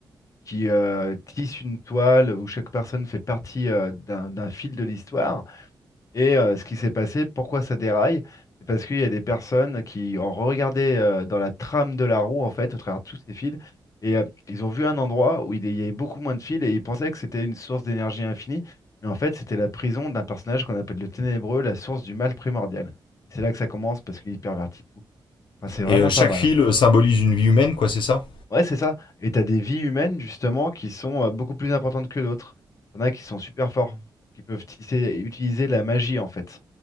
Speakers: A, on the left; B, on the left.
A: qui euh, tisse une toile où chaque personne fait partie euh, d'un d'un fil de l'histoire. Et euh, ce qui s'est passé, pourquoi ça déraille, c'est parce qu'il y a des personnes qui ont regardé euh, dans la trame de la roue, en fait, au travers de tous ces fils. Et euh, ils ont vu un endroit où il y avait beaucoup moins de fils et ils pensaient que c'était une source d'énergie infinie. Mais en fait, c'était la prison d'un personnage qu'on appelle le Ténébreux, la source du mal primordial. Et C'est là que ça commence parce qu'il pervertit tout. Enfin, c'est vraiment
B: Et euh, chaque
A: pas mal.
B: fil
A: hein.
B: symbolise une vie humaine, quoi, c'est ça
A: Ouais, c'est ça. Et t'as des vies humaines, justement, qui sont euh, beaucoup plus importantes que d'autres. T'en as qui sont super forts, qui peuvent tisser- utiliser la magie, en fait.